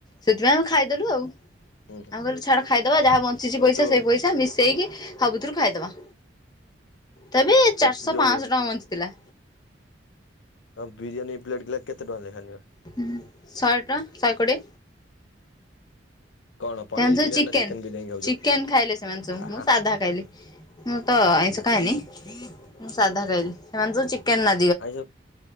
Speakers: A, on the left; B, on the left.
A: ସେଥିପାଇଁ ଆମେ ଖାଇଦେଲୁ ଆଉ।
B: ହୁଁ
A: ଆମେ କହିଲୁ ଛାଡ ଖାଇଦବା ଯାହା ବଞ୍ଚିଛି
B: ହଉ
A: ପଇସା
B: ତୁ
A: ସେଇ ପଇସା ମିଶେଇକି ସବୁଥିରୁ ଖାଇଦବା। ତବେ
B: କେତେ
A: ଚାରିଶହ
B: ଯୋଉ
A: ପାଞ୍ଚଶହ ଟଙ୍କା ବଞ୍ଚିଥିଲା।
B: ହଁ ବିରିୟାନ ପ୍ଲେଟପ୍ରୟ କେତେ ଟଙ୍କା ଲେଖାନେଲା।
A: ହୁଁ ଶହେ ଟଙ୍କା ଶହେ କୋଡିଏ।
B: କଣ ପନିର
A: ସେମାନେ ସବୁ
B: ବିରିୟାନୀ
A: ଚିକେନ
B: ନା ବିରିୟାନୀ ଖାଉଛ
A: ଚିକେନ ଖାଇଲେ ସେମାନେ ସବୁ
B: ଆହା
A: ମୁଁ ସାଧା ଖାଇଲି। ମୁଁ ତ ଆଇସ ଖାଇନି। ମୁଁ ସାଧା ଖାଇଲି ସେମାନେ ସବୁ ଚିକେନ ନା
B: ଆଇସ